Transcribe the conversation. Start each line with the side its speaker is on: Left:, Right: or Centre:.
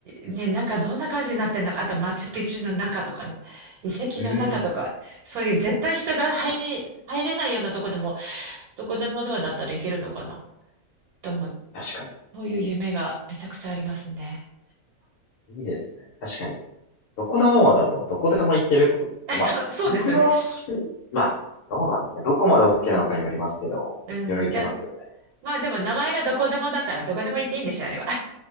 Right: いね、中どんな感じになってんのかあと、マチュピチュの中とかね、遺跡の中とか、
Left: うん、うん
Right: そういう絶対人が入り、入れないようなとこでも、どこでもドアだったらいけるのかな。と思って
Left: 確かに。
Right: そういう夢がめちゃくちゃありますね。
Left: いいですね。確かに。どこのドアだとどこでも行けるってことですかまあ、
Right: <laughs> あそう、そうですよね。
Left: 悪用し、まあ、どうなんですかねどこまで OK なのかにもよりますけど、
Right: うん。
Left: いろいろ行けますよね。
Right: で、まあでも名前がどこでもだからどこでも行っていいんですよ、あれは。